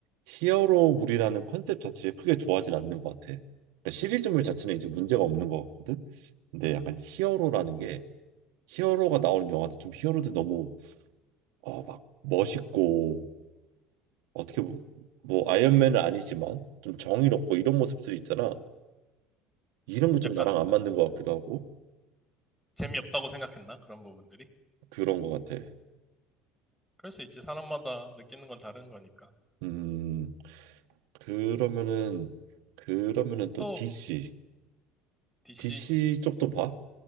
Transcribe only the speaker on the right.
히어로물이라는 컨셉 자체를 크게 좋아하진 않는 것 같아. 그러니까 시리즈물 자체는 이제 문제가 없는 것 같거든. 근데 약간 히어로라는 게 히어로가 나오는 영화도 좀 히어로들 너무 어, 막 멋있고 어떻게 보- 뭐 아이언맨은 아니지만 좀 정의롭고 이런 모습들이 있잖아. 이런 게 좀
나랑 안 맞는 것 같기도 하고
그런 것 같아.
음 그러면은 그러면은 또
DC
DC 쪽도 봐?